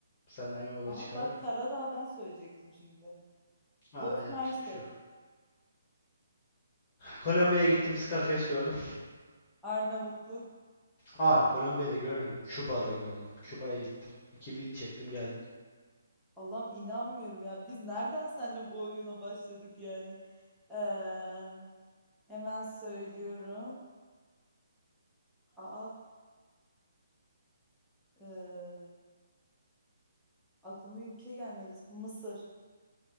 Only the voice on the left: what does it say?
Senden yola
çıkarak.
Ha
yapacak
bir şey yok. Kolombiya'ya gittim. Scarface gördüm.
Hayır, Kolombiya'da görmedim. Küba'da gördüm. Küba'ya gittim. İki vid çektim geldim.